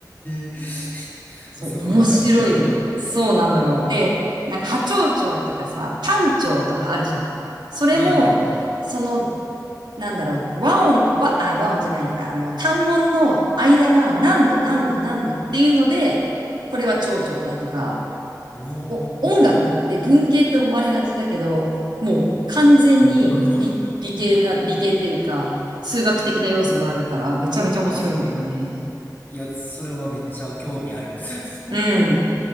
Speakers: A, on the left; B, on the right.
A: え <laughs>
B: そう、
A: あそこまでは知らんかった。
B: 面白いよ。
A: は
B: そうなのよ。で、なんか波長長とかさ、単長とかあるじゃん。それも、
A: いはいはいはいはいはい。
B: その、なんだろう、和音、和、あ、和音じゃないや、あの、単音の間が何度何度何度っていうので、これは長調だとか、
A: お
B: お、音楽って文系と思われがちだけど、
A: ー、
B: もう完全に理、
A: ゴリッゴリの。
B: 理系な、理系っていうか、数学的な要素があるから、めちゃめちゃ面白いんだよね。
A: 確かに。いや、それはめっちゃ興味ある。<laughs>
B: うん。